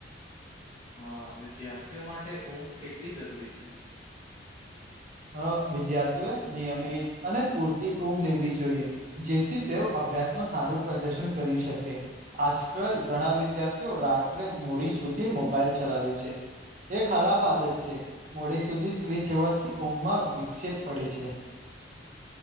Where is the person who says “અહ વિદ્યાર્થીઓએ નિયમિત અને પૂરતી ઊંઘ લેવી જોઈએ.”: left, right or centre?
Right